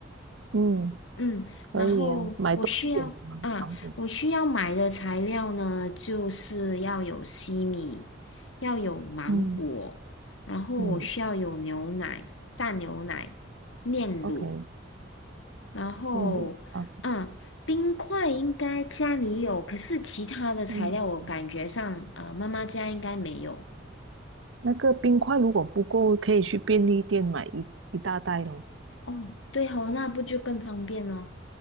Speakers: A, on the right (about 80°); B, on the left (about 90°).
A: 嗯，
B: 嗯，然后我需要啊，
A: 可以啊，买多一点的芒芒果。
B: 我需要买的材料呢，就是要有西米，要有芒果，
A: 嗯
B: 然后我需要有牛奶、
A: 嗯
B: 淡牛奶、炼乳，
A: ，OK，
B: 然后嗯，
A: 炼乳啊，
B: 冰块应该家里有，可是其他的材料我感觉上，
A: 应该有。
B: 呃，妈妈家应该没有。
A: 那个冰块如果不够，可以去便利店买一一大袋咯。
B: 哦，对哦，那不就更方便哦？